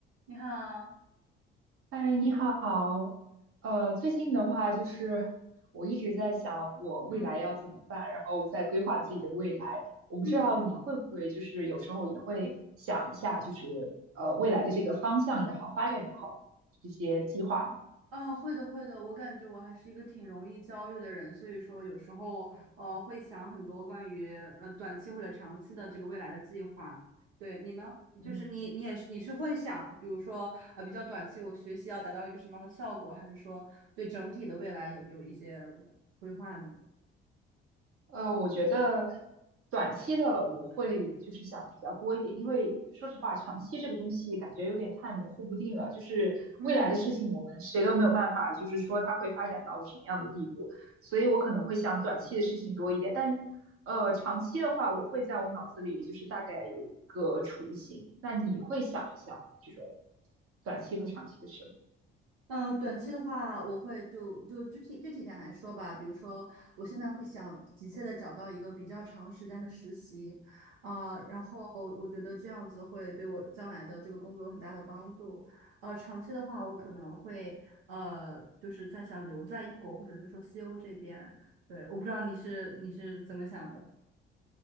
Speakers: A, on the right (about 70°); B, on the right (about 45°).
A: 你好，
B: 嗨，你好。呃，最近的话，就是我一直在想我未来要怎么办，
A: 嗯
B: 然后在规划自己的未来。我不知道你会不会，
A: 嗯
B: 就是有时候也会想一下，就是呃未来的这个方向也好，发展也好，这些计划呢
A: 啊，会的会的，我感觉我还是一个挺容易焦虑的人，所以说有时候呃会想很多关于呃短期或者长期的这个未来的计划。对你呢，
B: 嗯。
A: 就是你你也是你是会想，比如说呃比较短期，我学习要达到一个什么样的效果，还是说对整体的未来有有一些规划呢？
B: 呃，我觉得短期的我会就是想的比较多一点，因为说实话，长期这个东西感觉有点太模糊不定了。就是未来的事情，
A: 嗯
B: 我们谁都没有办法，就是说它会发展到什么样的地步，所以我可能会想短期的事情多一点。但呃，长期的话，我会在我脑子里就是大概有一个雏形。那你会想一想这种短期和长期的事吗？
A: 呃，短期的话，我会就就具体具体点来说吧，比如说，我现在会想急切的找到一个比较长时间的实习，啊、然后我觉得这样子会对我将来的这个工作有很大的帮助。呃，长期的话，我可能会呃，就是在想留在英国或者是说西欧这边。对，我不知道你是你是怎么想的。